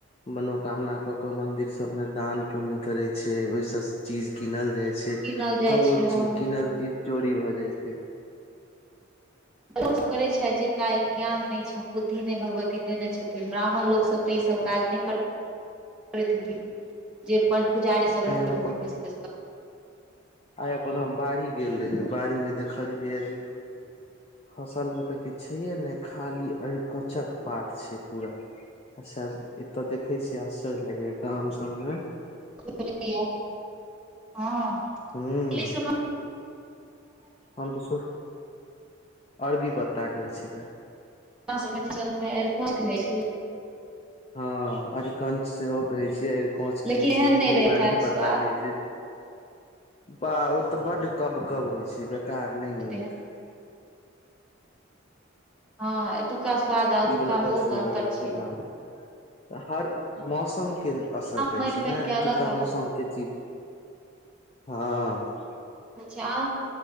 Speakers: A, on the left; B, in the centre.
A: मनोकामना कऽ के मंदिर सब में दान पुण्य करे छै, ओय से चीज कीनल जाय छै,
B: कीनल जाइ
A: हां
B: छै
A: ओ ची
B: हँ
A: कीनल ती चोरी भऽ जाय छै।
B: लोक सब करै छै जिनका ज्ञान ने छैन, बुद्धि ने भगवती देना छथिन, ब्राह्मण लोक सब ते इ सब काज ने कर करैत हथी। जे प पुजारी सब रहैत
A: आइ हम
B: हथीन
A: आय अपन हम बाड़ी गेल रही, बाड़ी में देखलियै जे
B: <inaudible>
A: फसल में ते किछ छैये ने खाली अरकोचक पात छै पूरा अच्छा एता देखे छी। ते आश्चर्य लगै या गाम सबमे
B: <unintelligible> हाँ।
A: हूं
B: <unintelligible>
A: हम ते सर अरबी पत्ता कहै छै एकरा।
B: <unintelligible>
A: हाँ अरकन सेहो कहै छियै, अरकोंच
B: लेकिन
A: कहै
B: एहन
A: छिये, दिल्ली
B: नहि रहैत
A: मे अरबी
B: हैत
A: पत्ता
B: स्वाद
A: कहै छै। बाह ओ ते बड कब कब होय छै, ग तार ने नीक।
B: तेहन हाँ ए तूका स्वाद आ अतूका
A: ई वाला
B: मे
A: बड
B: बहुत
A: सुंदर
B: अन्तर
A: रहे
B: छै।
A: गाम में हर मौसम के असर रहे
B: माटि
A: छै
B: पानि
A: ने
B: के
A: एतुका
B: अलग स्वाद
A: मौसम के चीज हाँ।
B: अच्छा आ